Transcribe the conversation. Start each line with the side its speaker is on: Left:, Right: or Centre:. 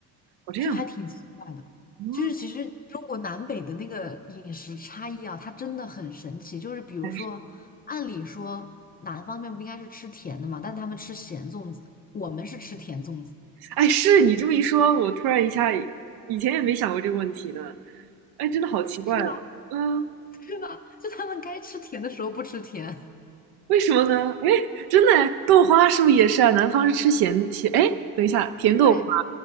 Right: 我这样，
Left: 就还挺奇怪的。
Right: 嗯，
Left: 就是其实中国南北的那个饮食差异啊，它真的很神奇。就是比如说，
Right: 还是。
Left: 按理说南方面不应该是吃甜的嘛，但他们吃咸粽子，我们是吃甜粽子，
Right: 哎，是你这么一说，我突然一下以前也没想过这个问题呢。哎，真的好奇怪哦。
Left: 是吗？
Right: 嗯，
Left: <laughs> 是吗？就他们该吃甜的时候不吃甜。
Right: 为什么呢？哎，真的哎，豆花是不是也是啊？南方是吃咸咸，哎，等一下，甜豆花，
Left: 对，